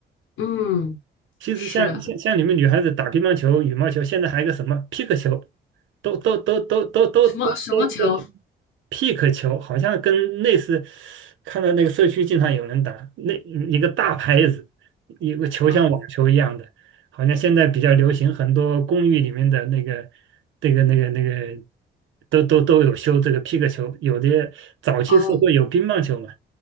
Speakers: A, on the left (about 80°); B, on the right (about 75°).
A: 嗯，
B: 其实像像像你们女孩子打乒乓球、
A: 是
B: 羽毛球，现在还有一个什么皮克球，都都都都都都都
A: 什么什么球
B: 都都皮克球，好像跟类似，看到那个社区经常有人打，那一个大拍子，一个球像网球一样的，
A: 啊？
B: 好像现在比较流行，很多公寓里面的那个这个那个那个都都都有修这个皮克球，有的早期是会有乒乓球嘛，
A: 哦。